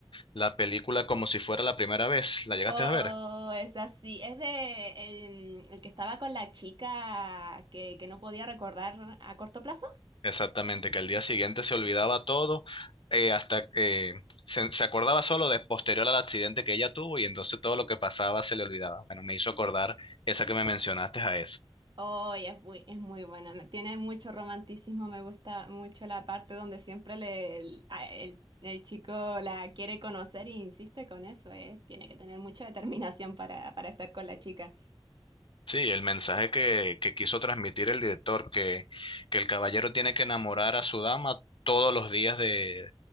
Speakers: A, on the left (about 65°); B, on the right (about 55°).
A: La película como si fuera la primera vez, ¿la llegaste
B: Oh,
A: a ver?
B: es así. Es de em, el, que estaba con la chica que, que no podía recordar a corto plazo.
A: Exactamente, que al día siguiente se olvidaba todo, eh, hasta que se, se acordaba solo de posterior al accidente que ella tuvo y entonces todo lo que pasaba se le olvidaba. Bueno, me hizo acordar esa que me mencionaste a esa.
B: Oh, y es muy, es muy buena. me- Tiene mucho romanticismo. Me gusta mucho la parte donde siempre le, el, a- el- el chico la quiere conocer e insiste con eso. eh, Tiene que tener mucha determinación para, para estar con la chica.
A: Sí, el mensaje que, que quiso transmitir el director, que, que el caballero tiene que enamorar a su dama todos los días de